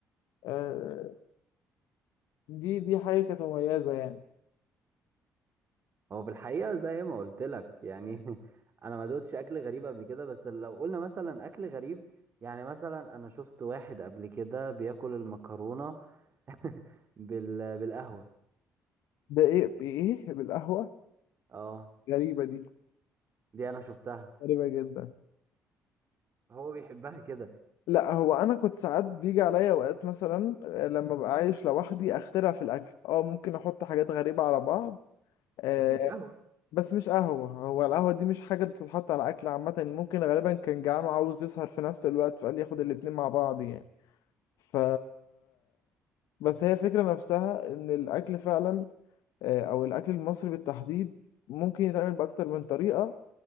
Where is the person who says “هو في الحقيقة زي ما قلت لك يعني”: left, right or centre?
Right